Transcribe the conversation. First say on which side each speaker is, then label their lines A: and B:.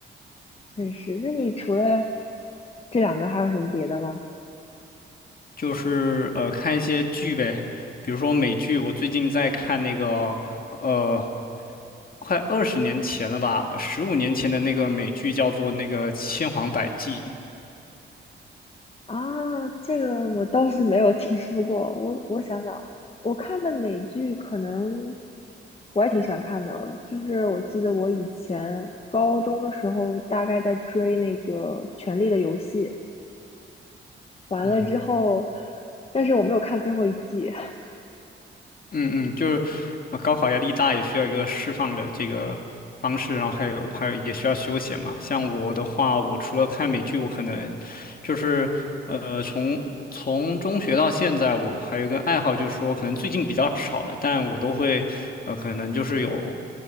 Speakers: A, on the left; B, on the left.
A: 确实，那你除了这两个还有什么别的吗？
B: 就是呃看一些剧呗，比如说美剧，我最近在看那个呃快二十年前了吧，十五年前的那个美剧叫做那个《千谎百计》。
A: 啊，这个我倒是没有听说过。我我想想，我看的美剧可能我也挺喜欢看的，就是我记得我以前高中的时候大概在追那个《权力的游戏》。完了之后，
B: 嗯。
A: 但是我没有看最后一季 <laughs>
B: 嗯嗯，就是呃高考压力大，也需要一个释放的这个方式，然后还有还有也需要休闲嘛。像我的话，我除了看美剧，我可能就是呃从从中学到现在，我还有一个爱好，就是说可能最近比较少了，但我都会呃可能就是有